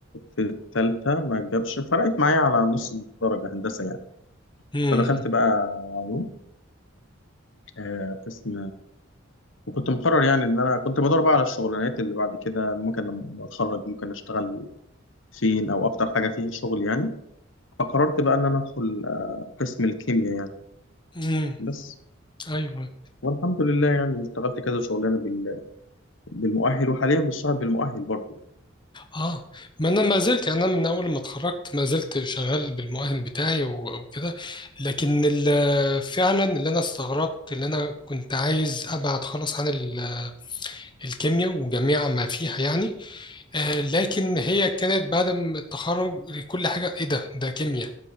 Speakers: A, on the left; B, on the left.
A: في التالتة ما جابش فرقت معايا على نص درجة هندسة يعني
B: امم
A: فدخلت بقى علوم آه، قسم وكنت مقرر يعني ان انا كنت بدور بقى على الشغلانات اللي بعد كده ممكن لما اتخرج ممكن اشتغل فين او اكتر حاجة فيها شغل يعني فقررت بقى ان انا ادخل آه، قسم الكيمياء يعني
B: أمم.
A: بس
B: ايوه
A: والحمد لله يعني اشتغلت كذا شغلانة بال- بالمؤهل وحاليا بشتغل بالمؤهل برضه
B: اه ما انا ما زلت يعني انا من اول ما اتخرجت ما زلت شغال بالمؤهل بتاعي و- وكده لكن ال- فعلا اللي انا استغربت اللي انا كنت عايز ابعد خالص عن ال- الكيمياء وجميع ما فيها يعني آه لكن هي كانت بعد ما التخرج كل حاجه ايه ده ده كيمياء